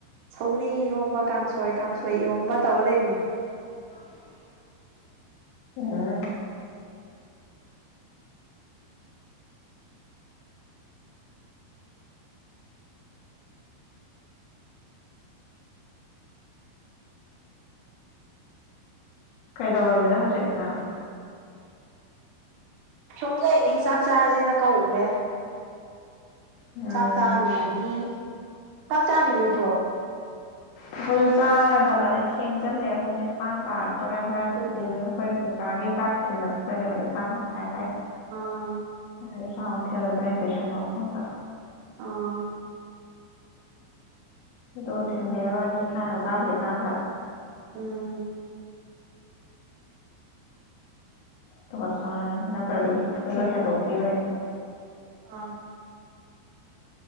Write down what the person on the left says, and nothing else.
<inaudible> ꯎꯝ ꯀꯩꯗꯧꯔꯝꯃꯤꯅꯣ ꯍꯧꯖꯤꯛ ꯅꯪ
ꯎꯝ
ꯑꯈꯣꯏꯖꯨ ꯆꯥꯔꯗꯕꯅꯦ ꯊꯦꯡꯖꯤꯜꯂꯛꯑꯦ ꯄꯨꯡ ꯅꯤꯄꯥꯟ ꯇꯥꯔꯛꯇꯣꯔꯦ ꯍꯣꯔꯦꯟ
ꯎꯝ ꯍꯣꯏ ꯄꯨꯡꯆꯥꯒꯤ ꯆꯥꯛ ꯊꯤꯟꯕ ꯆꯠꯇꯣꯏꯅꯦꯕ ꯅꯤꯄꯥꯥꯟ ꯃꯈꯥꯏ ꯑꯗꯥꯏꯗ
ꯅꯣꯏꯖꯨ ꯆꯥꯎ ꯊꯤꯟꯂꯨꯗꯣꯏꯅꯤ ꯇꯨꯏꯁꯟ ꯃꯐꯝꯗ
ꯑꯗꯨ ꯊꯤꯟꯕꯤꯔꯨꯔꯅꯤ ꯍꯥꯟꯅ ꯆꯥꯗ꯭ꯔꯤꯀꯥꯟꯗ
ꯗꯨꯒꯥ ꯆꯔꯅꯤ ꯅꯠꯇꯔ꯭ꯥꯗꯤ ꯄꯨꯡꯗꯨ ꯍꯦꯟꯗꯣꯛꯈꯤꯕ ꯍꯦꯛꯇꯥ